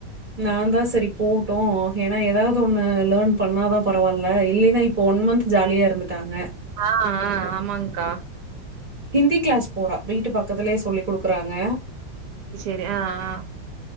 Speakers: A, on the right; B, on the right.
A: நா தா செரி போட்டு ஏனா எதாவ்து ஒன்னு லேர்ன் பண்ணாதா பரவால்ல இல்லைன்னா இப்ப ஒன் மன்த் ஜாலியா இருந்துட்டாங்க
B: ஆ ஆ ஆமாங்க்கா
A: ஹிந்தி க்ளாஸ் போறா வீட்டு பக்கத்துலே சொல்லி் குடுக்கறாங்க
B: செரி ஆ ஆ